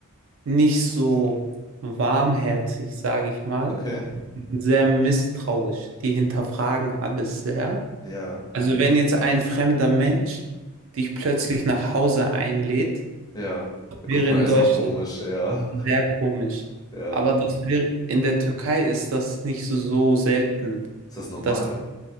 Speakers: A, on the right; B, on the left.
A: nicht so warmherzig, sage ich mal,
B: Okay.
A: sehr misstrauisch. Die hinterfragen alles sehr.
B: Ja.
A: Also wenn jetzt ein fremder Mensch dich plötzlich nach Hause einlädt,
B: Ja. Da
A: wäre
B: guckt man
A: in
B: erstmal
A: Deutschland
B: komisch, ja.
A: sehr komisch.
B: Ja.
A: Aber das wäre, in der Türkei ist das nicht so selten,
B: Ist das normal?
A: dass